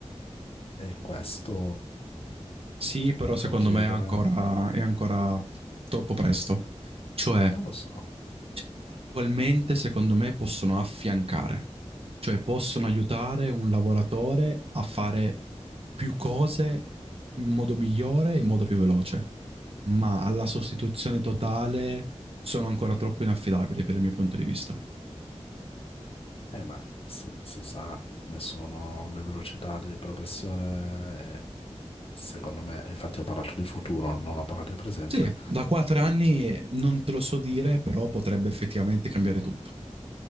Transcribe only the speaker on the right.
Sì, però
secondo
me è ancora, è ancora troppo presto. Cioè,
Cioè, attualmente, secondo me, possono affiancare, cioè possono aiutare un lavoratore a fare più cose in modo migliore e in modo più veloce, ma alla sostituzione totale sono ancora troppo inaffidabili per il mio punto di vista.
Sì, da quattro anni non te lo so dire, però potrebbe effettivamente cambiare tutto.